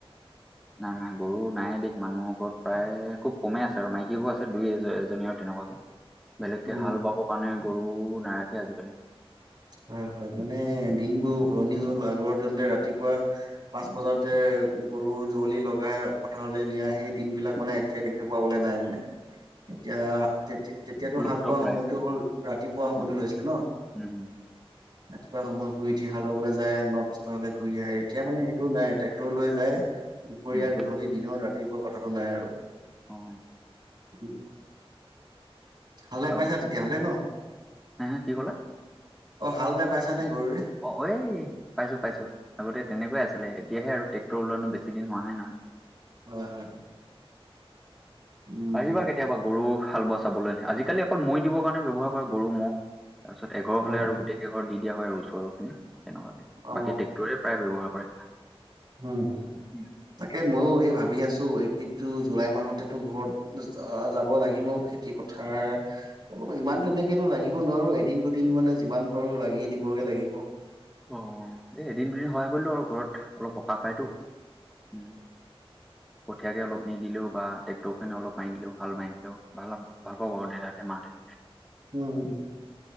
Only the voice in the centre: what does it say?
নাই, নাই গৰু নাই দেই, মানুহৰ ঘৰত প্ৰায় খুব কমে আছে আৰু, মাইকী গৰু আছে, দুই এ এজনী আৰু তেনেকুৱাকে, বেলেগকে
হাল বাব কাৰণে গৰু নাৰাখে আজিকালি।
লুপ্ত
প্ৰায়
উম
উম
উম
অ'
আৰু
হে হে কি ক'লা?
অ এ পাইছো পাইছো আগতে তেনেকুৱেই আছ ছিলে এতিয়া আৰু টেক্টৰ ওলোৱা বেছিদিন হোৱা নাই নহয়
আহিবা কেতিয়াবা গৰু হাল বোৱা চাবলৈ আজিকালি অকল মৈ দিবৰ কাৰণে ব্যৱহাৰ কৰে গৰু ম'হ তাৰপিছত এঘৰ হ'লে
আৰু গোটেই কেইঘৰ দি দিয়া হয় আৰু ওচৰখিনি তেনেকুৱাকে
বাকী ট্ৰেক্টৰে প্ৰায় ব্যৱহাৰ কৰে
উম।
অ এই এদিন দুদিন সহায় কৰিলো আৰু ঘৰত অলপ সকাহ পাইতো উম কঠিয়াকে অলপ নিদিলেও বা ট্ৰেক্টৰ খনে অলপ মাৰি দিলেও হাল বাৰি দিলেও ভাল ভাল পাব আৰু দেউতাতে মাহতে